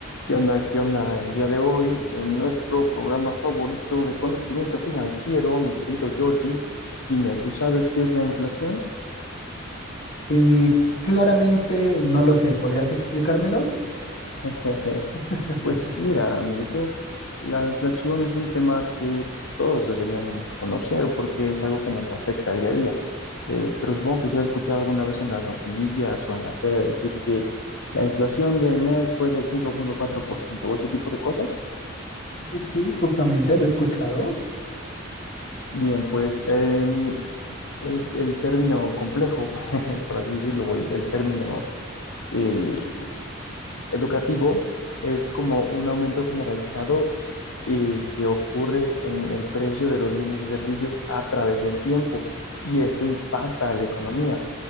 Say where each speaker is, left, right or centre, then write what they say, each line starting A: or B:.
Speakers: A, on the left; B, on the left.
A: ¿Qué onda? ¿Qué onda? El día de hoy, en nuestro programa favorito de conocimiento financiero, mi querido Georgie, dime, ¿tú sabes qué es la inflación?
B: Y claramente no lo sé, ¿podrías explicármelo?
A: <laughs> Jejeje.
B: <laughs>
A: Pues mira, amiguito, la inflación es un tema que todos deberíamos conocer porque es algo que nos afecta día a día. Eh, pero supongo que si has escuchado alguna vez en las noticias o en la tele decir que la inflación del mes fue del cinco punto cuatro por ciento o ese tipo de cosas.
B: Y Sí, justamente lo he escuchado.
A: Bien, pues en el, el término complejo, <laughs> por así decirlo, o el, el término eh, educativo, es como un aumento generalizado eh, que ocurre en el precio de los bienes y servicios a través del tiempo y esto impacta a la economía.